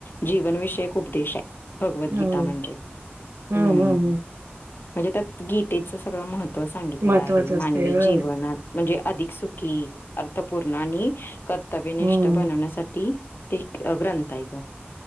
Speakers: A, on the left; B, on the right.
A: जीवनविषयक उपदेश आहे भगवद्गीता
B: हं, हं,
A: म्हणजे
B: हं,
A: हम्म
B: हं, हं.
A: म्हणजे त्यात गीतेचं सगळं महत्त्व सांगितलेलं
B: महत्वाचं
A: आहे
B: असते
A: मानवी
B: होय.
A: जीवनात म्हणजे अधिक सुखी अर्थपूर्ण आणि कर्तव्यनिष्ठ
B: हं.
A: बनवण्यासाठी ते ग्रंथ आहे ग